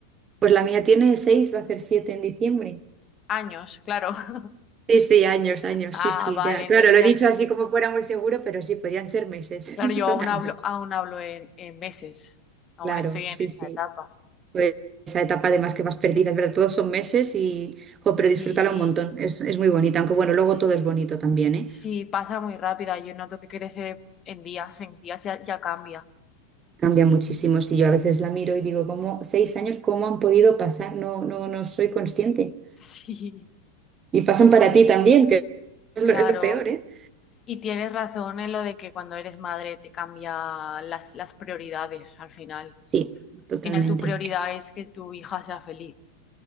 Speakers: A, on the right; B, on the left.
A: Pues la mía tiene 6, va a hacer 7 en diciembre.
B: Años, claro. <laughs>
A: Sí, sí, años, años,
B: Ah,
A: sí, sí,
B: vale,
A: ya.
B: entonces
A: Claro, lo
B: ya.
A: he dicho así como fuera muy seguro, pero sí, podrían ser meses,
B: Claro,
A: <laughs>
B: yo
A: son
B: aún
A: años.
B: hablo, aún hablo en, en meses. Aún
A: Claro,
B: estoy en
A: sí,
B: esa
A: sí.
B: etapa.
A: Pues esa etapa además que vas perdida, es verdad, todos son meses y, jo, pero disfrútala
B: Sí,
A: un montón, es, es muy bonita, aunque bueno, luego
B: sí.
A: todo es bonito también, ¿eh?
B: Sí, pasa muy rápida. Yo noto que crece en días, en días ya, ya cambia.
A: Cambia muchísimo, si yo a veces la miro y digo, ¿cómo? Seis años, ¿cómo han podido pasar? No, no, no soy consciente.
B: <laughs> Sí.
A: Y pasan para ti también, que es
B: Claro,
A: lo, es lo peor, ¿eh?
B: y tienes razón en lo de que cuando eres madre te cambia las, las prioridades al final.
A: Sí, totalmente.
B: Al final tu prioridad es que tu hija sea feliz.